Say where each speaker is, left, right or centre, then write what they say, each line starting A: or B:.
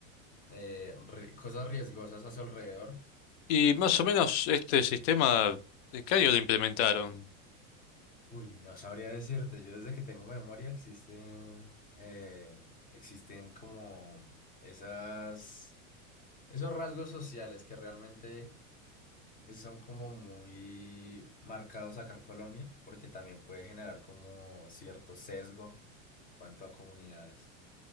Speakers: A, on the left; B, on the left.
A: eh, ri- cosas riesgosas a su alrededor.
B: Y más o menos este sistema, ¿en qué año lo implementaron?
A: Uy, no sabría decirte, yo desde que tengo memoria existen, eh, existen como esas, esos rasgos sociales que realmente son como muy marcados acá en Colombia, porque también puede generar como cierto sesgo en cuanto a comunidades.